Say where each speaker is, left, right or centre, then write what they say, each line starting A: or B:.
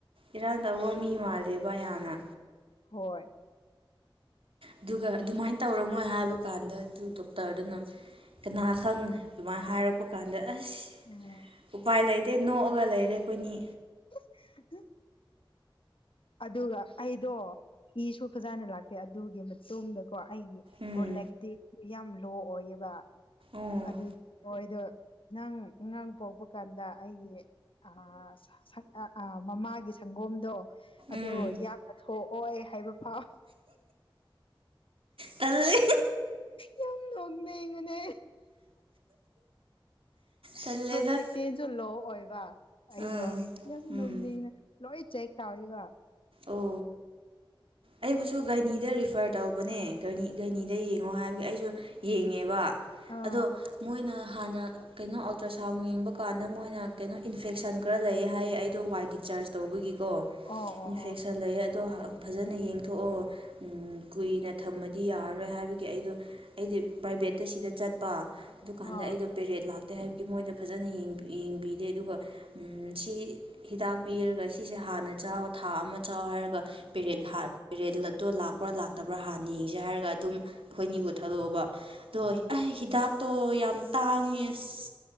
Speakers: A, on the right (about 85°); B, on the left (about 75°).
A: ꯏꯔꯥꯡ ꯇꯧꯕ ꯃꯤ ꯃꯥꯜꯂꯦꯕ ꯌꯥꯝꯅ
B: ꯍꯣꯏ
A: ꯑꯗꯨꯒ ꯑꯗꯨꯃꯥꯏꯅ ꯇꯧꯔꯝꯃꯣꯏ ꯍꯥꯏꯕ ꯀꯥꯟꯗ ꯑꯗꯨ ꯗꯣꯛꯇꯔꯗꯨꯅ ꯀꯅꯥ ꯈꯪ ꯑꯗꯨꯃꯥꯏꯅ ꯍꯥꯏꯔꯛꯄ ꯀꯥꯟꯗ ꯑꯁ
B: ꯎꯝ
A: ꯎꯄꯥꯏ ꯂꯩꯇꯦ ꯅꯣꯛꯑꯒ ꯂꯩꯔꯦ ꯑꯩꯈꯣꯏꯅꯤ
B: <unintelligible> ꯑꯗꯨꯒ ꯑꯩꯗꯣ ꯏꯁꯨ ꯐꯖꯅ ꯂꯥꯛꯇꯦ ꯑꯗꯨꯒꯤ ꯃꯇꯨꯡꯗ ꯀꯣ ꯑꯩꯒꯤ
A: ꯎꯝ
B: ꯄ꯭ꯔꯣꯂꯦꯛꯇꯤꯞ ꯌꯥꯝ ꯂꯣ ꯑꯣꯏꯌꯦꯕ
A: ꯎꯝ
B: ꯑꯗꯨ ꯍꯣꯏꯗꯣ ꯅꯪ ꯑꯉꯥꯡ ꯄꯣꯛꯄ ꯀꯥꯟꯗ ꯑꯩꯒꯤ ꯑꯥꯁ ꯑ ꯃꯃꯥꯒꯤ ꯁꯪꯒꯣꯝꯗꯣ ꯑꯗꯣ
A: ꯎꯝ
B: ꯌꯥꯝꯅ ꯊꯣꯛꯑꯣꯏ ꯍꯥꯏꯕ ꯐꯥꯎ
A: ꯇꯜꯂꯦ
B: ꯌꯥꯝ ꯅꯣꯡꯅꯤꯡꯕꯅꯦ
A: ꯇꯜꯂꯦꯗ
B: ꯄ꯭ꯔꯣꯗꯛꯇꯤꯁꯨ ꯂꯣ ꯑꯣꯏꯕ ꯑꯩꯗꯣ
A: ꯎꯝ
B: ꯌꯥꯝ
A: ꯎꯝ
B: ꯅꯣꯅꯤꯡꯅ ꯂꯣꯏ ꯆꯦꯛ ꯇꯥꯎꯏꯕ
A: ꯑꯣ ꯑꯩꯕꯨꯁꯨ ꯒꯥꯏꯅꯤꯗ ꯔꯤꯐꯔ ꯇꯧꯕꯅꯦ ꯘꯅꯤꯗ ꯌꯦꯡꯉꯣ ꯍꯥꯏꯕꯒꯤ ꯑꯩꯁꯨ ꯌꯦꯡꯉꯦꯕ
B: ꯑꯥ
A: ꯑꯗꯣ ꯃꯣꯏꯅ ꯍꯥꯟꯅ ꯀꯩꯅꯣ ꯑꯜꯇ꯭ꯔ ꯁꯥꯎꯟ ꯌꯦꯡꯕ ꯀꯥꯟꯗ ꯃꯣꯏꯅ ꯀꯩꯅꯣ ꯏꯟꯐꯦꯛꯁꯟ ꯈꯔ ꯂꯩꯌꯦ ꯍꯥꯏꯌꯦ ꯑꯩꯗꯣ ꯋꯥꯏ ꯗꯤ ꯆꯔꯁ ꯇꯧꯕꯒꯤꯀꯣ
B: ꯑꯣ ꯑꯣ
A: ꯏꯟꯐꯦꯛꯁꯟ
B: ꯑꯣ
A: ꯂꯩ ꯑꯗꯣ ꯐꯥꯖꯅ ꯌꯦꯡ ꯊꯣꯂꯛꯑꯣ ꯀꯨꯏꯅ ꯊꯝꯃꯗꯤ ꯌꯥꯔꯔꯣꯏ ꯍꯥꯏꯕꯒꯤ ꯑꯩꯗꯣ ꯑꯩꯗꯤ ꯄ꯭ꯔꯥꯏꯚꯦꯠꯇ ꯁꯤꯗ ꯆꯠꯄ ꯑꯗꯨꯀꯥꯟꯗ
B: ꯑꯥ
A: ꯑꯩꯗꯣ ꯄꯦꯔꯦꯠ ꯂꯥꯛꯇꯦ ꯍꯥꯏꯕꯒꯤ ꯃꯣꯏꯗ ꯐꯥꯖꯅ ꯌꯦꯡꯕꯤꯗꯦ ꯑꯗꯨꯒ ꯁꯤ ꯍꯤꯗꯥꯛ ꯄꯤꯔꯒ ꯁꯤꯁꯦ ꯍꯥꯟꯅ ꯆꯥꯎ ꯊꯥ ꯑꯃ ꯆꯥꯎ ꯍꯥꯏꯔꯒ ꯄꯦꯔꯦꯠ ꯔꯦꯜ ꯑꯠꯇꯣ ꯂꯥꯛꯄ꯭ꯔꯥ ꯂꯥꯛꯇꯕ꯭ꯔꯥ ꯍꯥꯟꯅ ꯌꯦꯡꯁꯦ ꯍꯥꯏꯔꯒ ꯑꯗꯨꯝ ꯑꯩꯈꯣꯏ ꯅꯤꯌꯨ ꯊꯥꯗꯣꯛꯑꯕ ꯑꯣ ꯑꯩ ꯍꯤꯗꯥꯛꯇꯣ ꯌꯥꯝ ꯇꯥꯡꯉꯦꯁ